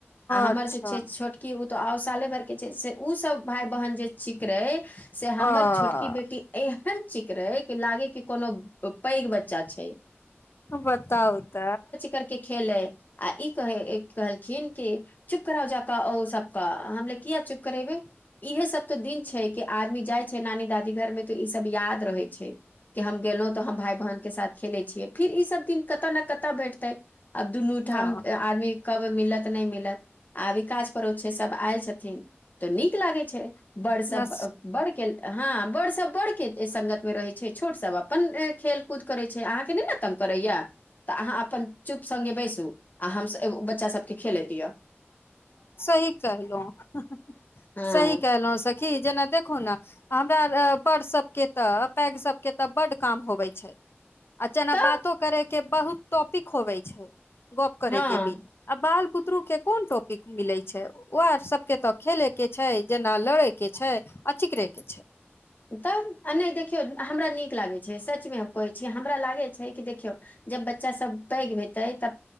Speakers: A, on the left; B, on the left.
A: आ हमर
B: अच्छा
A: जे छै छोट कि ऊ तऽ आओ साले भरके छै से ऊ सब भाय बहन जे चीकरै से
B: अ
A: हमर छोटकी बेटी एहन चिकरै के लागे के कोनो पैघ बच्चा छै।
B: बताउ त
A: करके खेले आ ई कहे कहलखिन की चुप कराउ जा क ओ सब क हम कहलीय किया चुप करैबे इहे सब तऽ दिन छै कि आदमी जाइ छै नानी दादी घरमे तऽ ई सब याद रहै छै। की हम गेलों तऽ हम भाय बहन के साथ खेले छियै फिर ई सब दिन कत न कत भेट तइ अब दुनूठाम
B: ह
A: आदमी कब मिलत नहि मिलत आ अभी काज पड़ो छै सब आयल छथिन तऽ नीक लागै छै बड़ सब
B: न
A: बड़के -- हँ बड़ सब बड़ के संगत में रहे छै छोट सब अपन खेल कूद करे छै अहाँ के नै ने तंग करैया तऽ अहाँ अपन चुप सङ्गे बैसू आ हमसभ ऊ बच्चा सबके खेले दिय
B: सही कहलहु
A: हँ
B: सही कहलहु सखी जेना देखू ना हमर बड़ सभके तऽ पैघ सभके तऽ बड्ड काम होबे छै आ जेना
A: तऽ
B: बातो करे के बहुत टॉपिक होवे छै गप करेके
A: हँ
B: भी आ बाल बुतरू के कोन टॉपि मिलै छै, ओ आर सबके तऽ खेलैके छै जेना लड़ै के छै। आ चिकरै के छै।
A: तब आ नहि देखियौ हमरा नीक लागै छै, सच में हम कहै छि, हमरा लागै छै कि देखियौ। जब बच्चा सब पैघ हेतै, तब